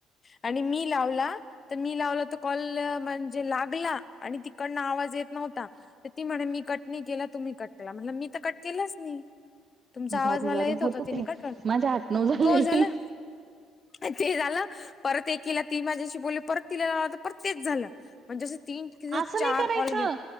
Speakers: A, on the left (about 40°); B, on the right (about 45°).
A: आणि मी लावला. तर मी लावल तर कॉल म्हणजे, लागला आणि तिकडनं आवाज येत नव्हता. ता तर ती म्हणे, मी कट नाही केला तुम्ही कट केला म्हण मी तर कट केलंच नाही? तुमचा
B: जाऊ
A: आवाज
B: दे
A: मला
B: जाऊ दे
A: येत
B: होत
A: होता. तिनी
B: ते
A: कठवून
B: माझे आठ नऊ झालेले
A: तो झाला. अ ते झालं. परत एकीला, ती माझ्याशी बोलली परत तिला परत तेच झालं. म्हणजे जसे तीन कि
B: असं
A: चार
B: नाही करायचं
A: कॉल गेल.